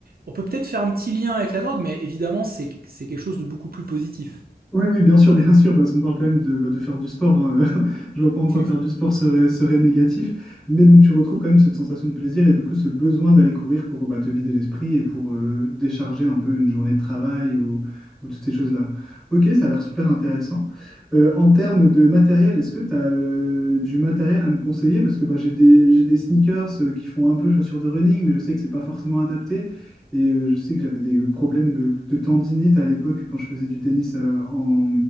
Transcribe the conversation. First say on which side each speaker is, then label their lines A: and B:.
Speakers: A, on the right; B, in the centre.
A: on peut peut-être faire un petit lien avec la drogue, mais évidemment, c'est c'est quelque chose de beaucoup plus positif.
B: Oui, oui, bien sûr, bien sûr, parce qu'on parle quand même de, bah, de faire du sport. hein. <laughs> Je vois pas en quoi
A: <laughs>
B: faire du sport serait, serait négatif. Mais donc, tu retrouves quand même cette sensation de plaisir et du coup, ce besoin d'aller courir pour bah, te vider l'esprit et pour euh, décharger un peu une journée de travail ou, ou toutes ces choses-là. Ok, ça a l'air super intéressant. Euh, en termes de matériel, est-ce que tu as euh, du matériel à me conseiller? Parce que bah, j'ai des, j'ai des sneakers euh, qui font un peu chaussures de running, mais je sais que c'est pas forcément adapté. Et euh, je sais que j'avais des problèmes de, de tendinite à l'époque quand je faisais du tennis euh, en,